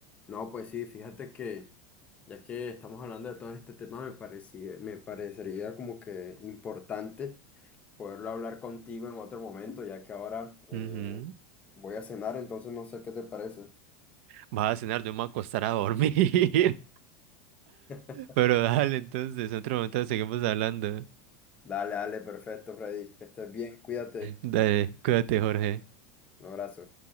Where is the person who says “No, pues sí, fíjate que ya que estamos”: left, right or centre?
Left